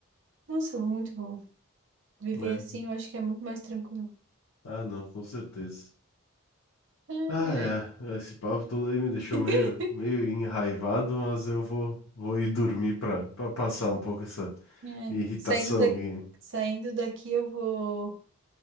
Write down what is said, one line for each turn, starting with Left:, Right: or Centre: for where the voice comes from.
Right: Nossa, muito bom. Viver
Left: né?
Right: assim eu acho que é muito mais tranquilo.
Left: Ah, não, com certeza.
Right: Ai,
Left: Ah,
Right: ai.
Left: é. Esse papo todo aí me deixou
Right: <laughs>
Left: meio, meio enraivado, mas eu vou, vou ir dormir pra, pra passar um pouco essa
Right: É.
Left: irritação
Right: Saindo da...
Left: e...
Right: Saindo daqui eu vou